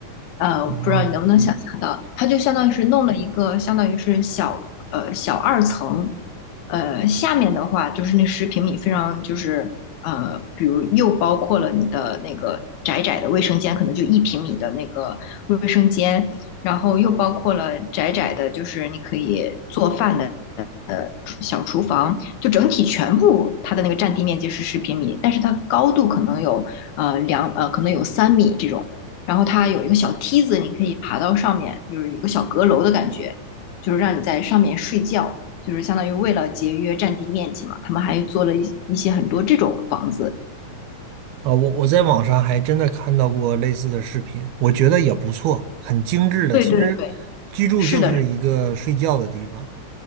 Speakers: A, on the left; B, on the right.
A: 呃，我不知道你能不能想象到，
B: 哦，
A: 它就相当于是弄了一个，相当于是小呃小二层，呃下面的话就是那十平米非常就是呃，比如又包括了你的那个窄窄的卫生间，可能就一平米的那个卫生间，然后又包括了窄窄的，就是你可以做饭的。呃，小厨房就整体全部它的那个占地面积是十平米，但是它高度可能有呃两呃可能有三米这种，然后它有一个小梯子，你可以爬到上面，就是一个小阁楼的感觉，就是让你在上面睡觉，就是相当于为了节约占地面积嘛，他们还做了一一些很多这种房子。
B: 啊，我我在网上还真的看到过类似的视频，我觉得也不错，很精致的。
A: 对对对，
B: 其实居住就是一个睡觉的地方，
A: 是的，